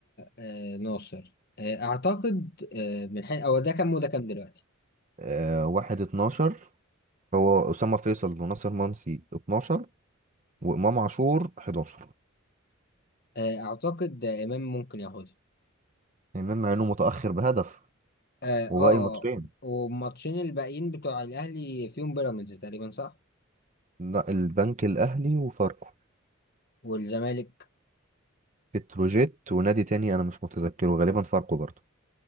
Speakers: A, on the left; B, on the right.
A: آه ناصر آه أعتقد آه من حيث أو ده كام وده كام دلوقتي
B: آه واحد 12 هو أسامة فيصل وناصر منسي 12 وإمام عاشور 11
A: آه أعتقد آه إمام ممكن ياخدها
B: إمام مع إنه متأخر بهدف
A: آه
B: وباقي
A: آه
B: ماتشين
A: والماتشين الباقيين بتوع الأهلي فيهم بيراميدز تقريبا صح
B: لا البنك الأهلي وفاركو
A: والزمالك
B: بتروجيت ونادي تاني أنا مش متذكره غالبا فاركو برضه